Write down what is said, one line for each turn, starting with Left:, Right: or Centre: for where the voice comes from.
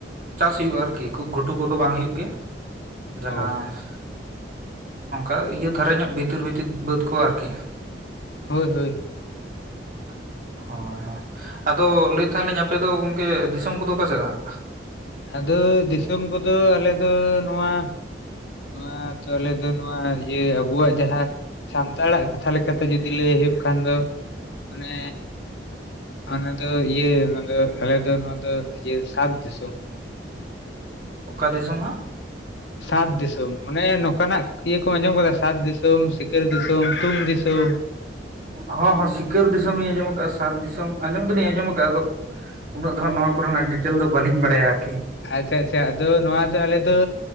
Right: ᱪᱟᱥ ᱦᱳᱭᱳᱜ-ᱟ ᱟᱨᱠᱤ ᱠᱷᱩᱵ ᱜᱷᱩ ᱴᱩ ᱠᱚᱫᱚ ᱵᱟᱝ ᱦᱩᱭᱩᱜ ᱜᱮᱭᱟ ᱾ <inaudible>
Left: ᱦᱮᱸ
Right: ᱡᱟᱦᱟᱸ
Left: ᱚ
Right: <inaudible> ᱱᱚᱝᱠᱟ ᱤᱭᱟᱹ ᱫᱷᱟᱨᱟ ᱧᱚᱜ, ᱵᱷᱤᱛᱤᱨ ᱵᱷᱤᱛᱤᱨ ᱵᱟᱹᱫᱽ ᱠᱚ ᱟᱨᱠᱤ ᱾
Left: ᱦᱳᱭ ᱦᱳᱭ
Right: <inaudible>
Left: ᱾
Right: ᱦᱳᱭ ᱦᱳᱭ ᱾ ᱟᱫᱚ ᱞᱟᱹᱭᱮᱫ ᱛᱟᱦᱮᱞᱤᱧ ᱟᱯᱮ ᱫᱚ ᱜᱚᱢᱠᱮ ᱫᱤᱥᱚᱢ ᱠᱚᱫᱚ ᱚᱠᱟᱥᱮᱫ ᱦᱟᱸᱜ?
Left: ᱟᱫᱚ ᱫᱤᱥᱚᱢ ᱠᱚᱫᱚ ᱟᱞᱮ ᱫᱚ ᱱᱚᱣᱟ ᱱᱚᱣᱟ ᱛᱚ ᱟᱞᱮ ᱫᱚ ᱱᱚᱣᱟ ᱤᱭᱟᱹ ᱟᱵᱚᱣᱟᱜ ᱡᱟᱦᱟ ᱥᱟᱱᱛᱟᱲᱟᱜ ᱠᱟᱛᱷᱟ ᱞᱮᱠᱟᱛᱮ ᱡᱩᱫᱤ ᱞᱟᱹᱭ ᱦᱩᱭᱩᱜ ᱠᱷᱟᱱ ᱫᱚ <inaudible> ᱢᱟᱱᱮ ᱚᱱᱟ ᱫᱚ ᱤᱭᱟᱹ ᱟᱞᱮ ᱫᱚ ᱱᱚᱣᱟ ᱫᱚ ᱤᱭᱟᱹ ᱥᱟᱛ ᱫᱤᱥᱚᱢ ᱾
Right: ᱚᱠᱟ ᱫᱤᱥᱚᱢᱚᱢ ᱦᱟᱸᱜ?
Left: ᱥᱟᱛ ᱫᱤᱥᱚᱢ ᱚᱱᱮ ᱱᱚᱝᱠᱟᱱᱟᱜ ᱤᱭᱟᱹ ᱠᱚ ᱟᱸᱡᱚᱢ ᱟᱠᱟᱫᱟ ᱥᱟᱛ ᱫᱤᱥᱚᱢ, ᱥᱤᱠᱟᱹᱨ ᱫᱤᱥᱚᱢ, ᱛᱩᱢ ᱫᱤᱥᱚᱢ ᱾
Right: ᱦᱚᱸ ᱦᱚᱸ ᱥᱤᱠᱟᱹᱨ ᱫᱤᱥᱚᱢ ᱤᱧ ᱟᱸᱡᱚᱢ ᱟᱠᱟᱫ-ᱟ, ᱥᱟᱫ ᱫᱤᱥᱚᱢ ᱟᱸᱡᱚᱢ ᱫᱤᱱᱤᱧ ᱟᱸᱡᱚᱢ ᱟᱠᱟᱫ-ᱟ ᱟᱫᱚ ᱩᱱᱟᱹᱜ ᱫᱚ ᱦᱟᱸᱜ ᱱᱚᱣᱟ ᱠᱚᱨᱮᱱᱟᱜ ᱰᱤᱴᱮᱞ ᱫᱚ ᱵᱟᱹᱞᱤᱧ ᱵᱟᱲᱟᱭᱟ ᱟᱨᱠᱤ ᱾
Left: ᱟᱪᱪᱷᱟ ᱟᱪᱪᱷᱟ, ᱟᱫᱚ ᱱᱚᱣᱟ ᱫᱚ ᱟᱞᱮ ᱫᱚ